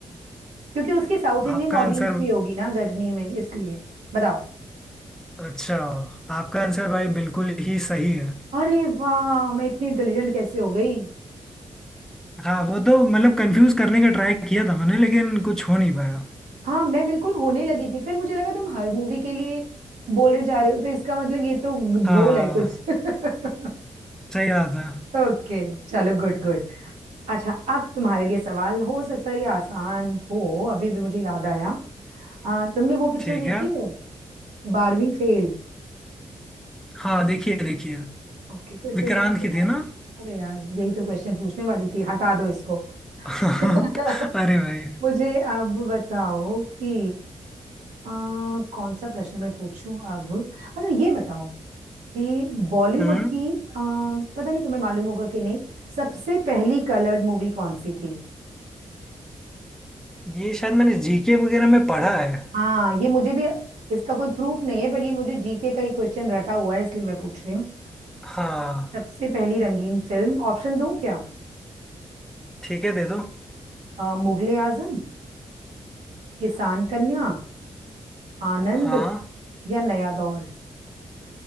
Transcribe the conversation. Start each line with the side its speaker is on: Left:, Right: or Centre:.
Right: क्योंकि उसकी साउथ इंडियन
Centre: आपका
Right: ऑडियंस
Centre: आंसर
Right: भी होगी ना गजनी में इसलिए बताओ
Centre: अच्छा आपका आंसर भाई बिल्कुल ही सही है
Right: अरे वाह मैं इतनी इंटेलिजेंट कैसे हो गई
Centre: हाँ वो तो मतलब कंफ्यूज करने का ट्राई किया था मैंने लेकिन कुछ हो नहीं पाया
Right: हाँ मैं बिल्कुल होने लगी थी फिर मुझे लगा तुम हर मूवी के लिए बोले जा रहे हो तो इसका मतलब ये तो
Centre: हाँ
Right: ढोल है कुछ <laughs>
Centre: सही बात है
Right: ओके चलो गुड गुड अच्छा अब तुम्हारे लिए सवाल हो सकता है ये आसान हो अभी भी मुझे याद आया आ, तुमने वो पिक्चर
Centre: ठीक
Right: देखी
Centre: है
Right: है बारहवीं फेल
Centre: हाँ देखिए देखिए
Right: ओके फिर
Centre: विक्रांत
Right: तो शायद
Centre: की
Right: तुम्हारे
Centre: थी ना
Right: अरे यार यही तो क्वेश्चन पूछने वाली थी हटा दो इसको
Centre: <laughs>
Right: <laughs>
Centre: अरे भाई
Right: मुझे अब बताओ कि अ, कौन सा प्रश्न मैं पूछूं अब अच्छा ये बताओ कि बॉलीवुड
Centre: हम्म
Right: की अ, पता नहीं तुम्हें मालूम होगा कि नहीं सबसे पहली कलर्ड मूवी कौन सी थी
Centre: ये शायद मैंने जीके वगैरह में पढ़ा है
Right: हाँ ये मुझे भी इसका कोई प्रूफ नहीं है पर ये मुझे जीके का ही क्वेश्चन रटा हुआ है इसलिए मैं पूछ रही हूँ
Centre: हाँ
Right: सबसे पहली रंगीन फिल्म ऑप्शन दूं क्या
Centre: ठीक है दे दो
Right: अ, मुगले आजम किसान कन्या आनंद
Centre: हाँ
Right: या नया दौर